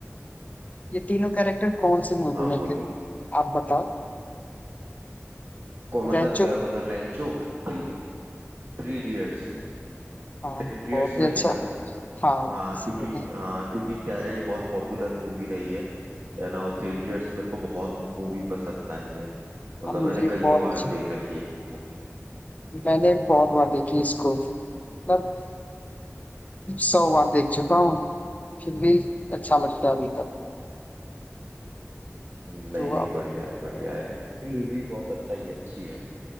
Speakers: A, on the left (about 30°); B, on the right (about 55°).
A: ये तीनों कैरेक्टर कौन सी मूवी
B: हाँ
A: में
B: बोलो
A: थे आप बताओ
B: को मतलब
A: रेंचो
B: क्या मतलब Rancho Three three idiots
A: हाँ
B: Three idiots
A: बहुत
B: में
A: ही अच्छा
B: थे ना
A: हाँ
B: हाँ
A: इसी
B: क्योंकि
A: में था।
B: हाँ क्योंकि क्या है ये बहुत पॉपुलर मूवी रही है है ना और थ्री इडियट्स मेरे को बहुत मूवी पसंद आई है मतलब
A: अब मुझे
B: मैंने कईयों
A: बहुत
B: बार
A: अच्छी
B: देख रखी है मूवी
A: मैंने बहुत बार देखी
B: हाँ
A: इसको मतलब सौ बार देख चुका हूँ फिर भी अच्छा लगता है अभी तक
B: नहीं
A: तो
B: नहीं
A: आप
B: बढ़िया है बढ़िया है ये मूवी बहुत अच्छा ही अच्छी है